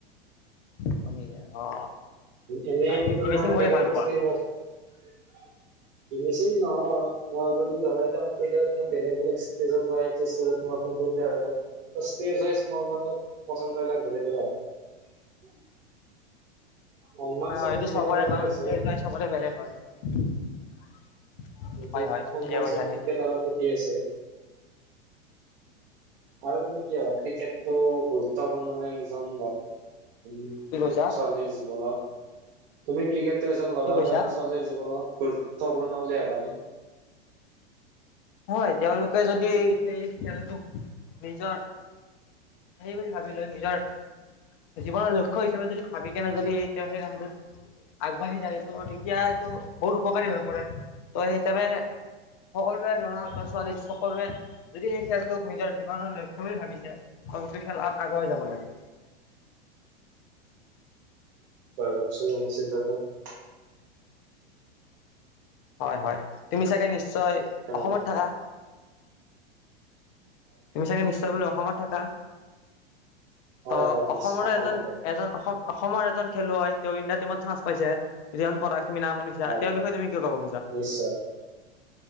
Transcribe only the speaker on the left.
শুনি, অ'।
আৰু তুমি
ফিনিচিং
কৰি ভাল পোৱা
হয়!
হয়! এইটো
চবৰে কাৰণ
চবৰে বেলেগ হয়! হয়!
হয়
ঠিকে কৈছা
তুমি।
কি কৈছা
কি কৈছা
হয়, তেওঁলোকে যদি সেই খেলটোোক- নিজৰ সেইব <unintelligible> ভাবি লৈ নিজৰ জীৱনৰ লক্ষ্য হিচাপে যদি ভাবি কেনে যদি তেওঁ সেই নামটোত আগবাঢ়ি যায়। তেতিয়া এইটো বহুত উপকাৰী হৈ পৰে। ত- সেই হিচাপে সকলো- লৰা বা ছোৱালী সকলোৱে যদি এই খেলটোক নিজৰ জীৱনৰ লক্ষ্য বুলি ভাবিছে। সেইটো খেলত আগুৱাই যাব লাগে।
হয় -হয়। তুমি চাগে নিশ্চয়- নিশ্চয়
অসমত থাকা? তুমি চাগ নি্চয় <unintelligible> অসমত থাকা।
অ-
অসমৰে
এজন। এজন অসম- অসমৰ এজন খেলুৱৈ, তেওঁ ইণ্ডিয়া টীমত চান্স পাইছে। ৰিয়ান পৰাগ নামশুনিছা।
তেওঁৰ বিষয়ে তুম কি কবা?